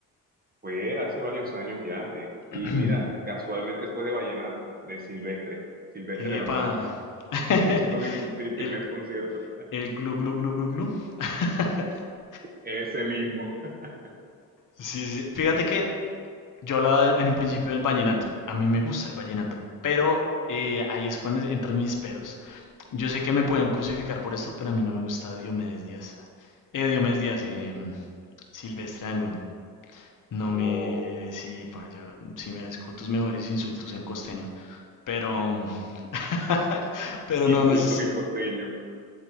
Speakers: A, on the right; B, on the left.
A: Fue hace varios años ya eh, y
B: <clears throat>
A: mira, casualmente fue de vallenato, de Silvestre, Silvestre
B: Epa.
A: Dangond. <laughs>
B: <laughs>
A: Ese fue mi, con- mi primer
B: El,
A: concierto,
B: el glu glu glu glu glu. <laughs>
A: ese mismo. <laughs>
B: Sí, sí. Fíjate que Yo hablaba en un principio del vallenato. A mí me gusta el vallenato, pero eh, ahí es cuando entran mis peros. Yo sé que me pueden crucificar por esto, pero a mí no me gusta Diomedes Díaz. Eh, Diomedes Díaz, eh, Silvestre Angón. No me...
A: Oh,
B: Sí, pa, yo sí merezco tus mejores insultos en costeño. Pero... <laughs> Pero
A: insultos
B: no, no es...
A: y costeños.